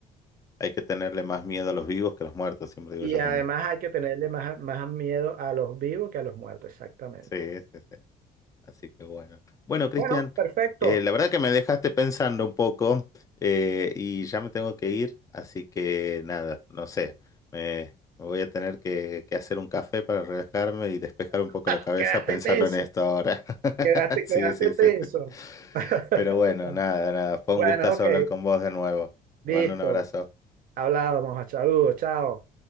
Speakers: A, on the left; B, on the right.
A: hay que tenerle más miedo a los vivos que a los muertos, siempre digo
B: y
A: yo
B: además
A: también.
B: hay que tenerle más, más miedo a los vivos que a los muertos, exactamente.
A: Sí, sí, sí. Así que bueno. Bueno, Cristian,
B: Bueno, perfecto.
A: eh, la verdad que me dejaste pensando un poco eh, y ya me tengo que ir, así que nada, no sé, me, me voy a tener que, que hacer un café para relajarme y despejar un poco
B: <laughs>
A: la cabeza
B: Quedaste
A: pensando
B: tenso,
A: en esto ahora. <laughs>
B: quedaste,
A: Sí,
B: quedaste
A: sí, sí,
B: tenso.
A: sí.
B: <laughs>
A: Pero bueno, nada, nada, fue
B: Bueno,
A: un gustazo
B: ok,
A: hablar con vos de nuevo.
B: listo.
A: Te mando un abrazo.
B: Hablábamos, saludos, chao.